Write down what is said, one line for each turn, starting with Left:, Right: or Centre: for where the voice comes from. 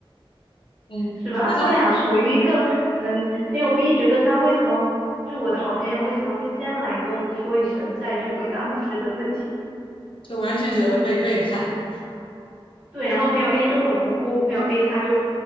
Left: 嗯，
Right: 是吧？
Left: 那像
Right: 他们俩处于一个，嗯，朋友 B 觉得他为什么，就我的好朋友为什么不先来跟我说一声，再去回答老师的问题？
Left: 就完全觉得被背叛。
Right: 对，然后朋友 A 就很无辜，朋友 A 他就